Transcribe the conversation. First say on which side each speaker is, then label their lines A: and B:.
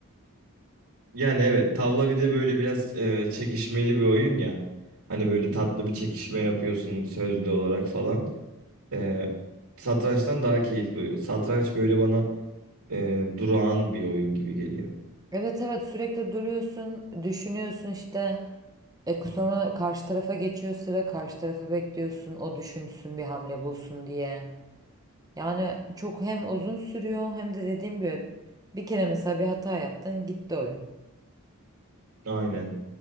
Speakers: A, on the right; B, on the right.
A: Yani evet tavla bir de böyle biraz e, çekişmeli bir oyun ya. Hani böyle tatlı bir çekişme yapıyorsun sözlü olarak falan. E, satrançtan daha keyifli oluyor. Satranç böyle bana e, durağan bir oyun gibi geliyor.
B: Evet evet sürekli duruyorsun, düşünüyorsun işte. E, sonra karşı tarafa geçiyor sıra, karşı tarafı bekliyorsun, o düşünsün bir hamle bulsun diye. Yani çok hem uzun sürüyor hem de dediğim gibi bir kere mesela bir hata yaptın gitti oyun.
A: Aynen.